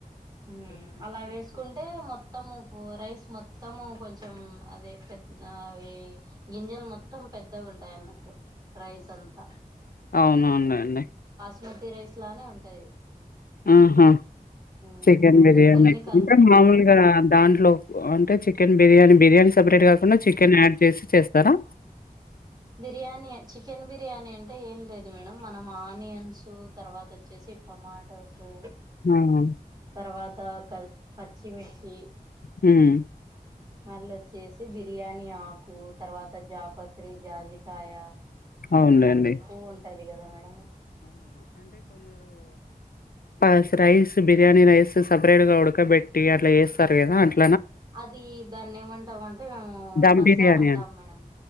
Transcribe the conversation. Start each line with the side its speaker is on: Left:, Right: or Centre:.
Right: మ్ అలా వేసుకుంటే మొత్తం ఓ రైస్ మొత్తం కొంచెం అదే పె అవి గింజలు మొత్తం పెద్దగున్ ఉంటాయన్నట్టు ప్రైస్ ఎంత
Left: అవునవును లెండి
Right: స్మూతి రైస్లానే ఉంటది.
Left: ఆహా
Right: హ్మ్
Left: చికెన్ బిర్యానీ
Right: అని కొన్ని కలుపుకుంటా
Left: అంటే మామూలుగా
Right: మేడం
Left: దాంట్లో అంటే చికెన్ బిర్యానీ బిర్యానీ సపరేట్ కాకుండా చికెన్ యాడ్ చేసి చేస్తారా?
Right: బిర్యానీ చికెన్ బిర్యానీ అంటే ఏం లేదు మేడం మనం ఆనియన్స్ తర్వాత వచ్చే వేసి టమాటల్ తో
Left: ఆవునా
Right: తర్వాత క పచ్చిమిర్చి
Left: హ్మ్.
Right: మళ్ళ వచ్చేసి బిర్యానీ ఆకు తర్వాత జాపత్రి, జాజికాయ
Left: అవునులెండి.
Right: అది పువ్ ఉంటది కదా మేడం
Left: పాస్ రైస్, బిర్యానీ రైస్ సపరేట్ గా ఉడకబెట్టి అట్లా చేస్తారు కదా అట్లా
Right: అది దాన్ని ఏమంటాం అంటే మేము
Left: ధమ్
Right: పసవ
Left: బిర్యానీ
Right: అంటాం
Left: అని.
Right: మేడం.